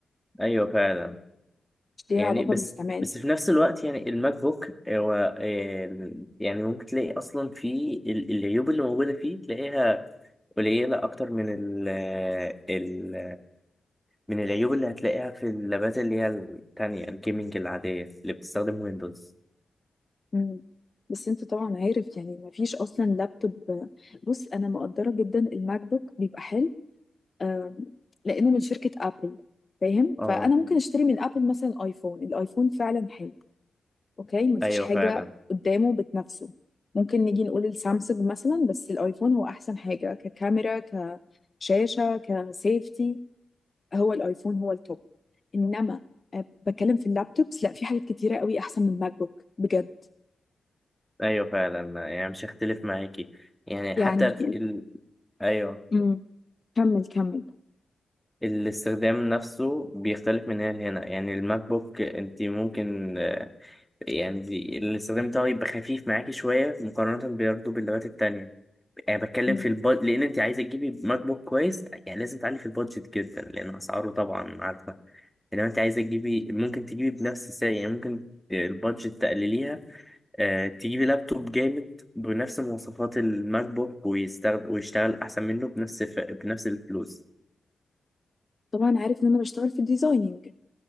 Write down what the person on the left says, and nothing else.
مش ليها
علاقه
بالاستعمال
مم. بس انت طبعا عارف يعني مفيش اصلا لابتوب بص انا مقدره جدا الماك بوك بيبقى حلو آم، لانه من شركه ابل فاهم
فانا ممكن اشتري من ابل مثلا ايفون الايفون فعلا حلو اوكي مفيش
حاجه
قدامه بتنافسه ممكن نيجي نقول السامسونج مثلا بس الايفون هو احسن حاجه ككاميرا كشاشه كسيفتي هو الايفون هو التوب انما أه، بتكلم في اللابتوبس لا في حاجات كتيره قوي احسن من الماك بوك بجد
يعني
مم. كمل كمل
مم.
طبعا عارف ان انا بشتغل في الديزايننج